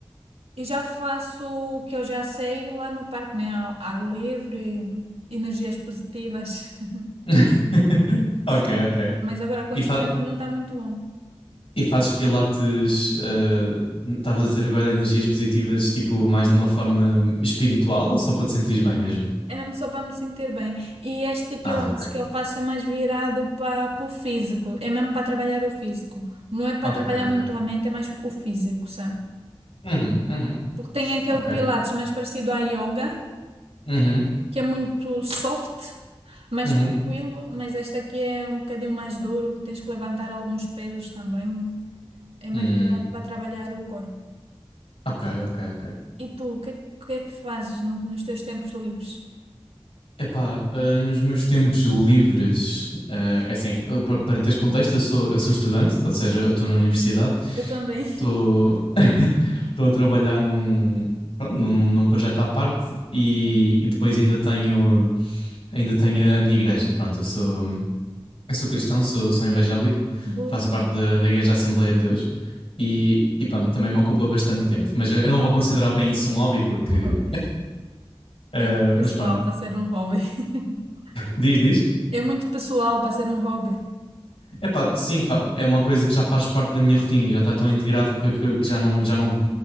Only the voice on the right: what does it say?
e já faço o que eu já sei lá no parque, né? Ao Ar livre, energias positivas. <laughs>
Sim.
Mas agora com
esse
tempo não está muito bom.
É mesmo só para me sentir bem. E este pilates
que eu faço é mais virado para, para o físico. É mesmo para trabalhar o físico. Não é para
trabalhar
muito a mente, é mais o físico, sabe?
Porque tem aquele
pilates mais parecido à yoga,
que é muito soft, mais
tranquilo, mas este aqui é um bocadinho mais duro, que tens que levantar alguns pesos também. É mais
virado para trabalhar o corpo.
E tu, o que, o que é que fazes no- nos teus tempos livres?
Eu também.
<laughs>
Boa.
Já
estou.
Um hobby.
É muito pessoal
para ser um hobby. <laughs>
É muito pessoal para ser um hobby.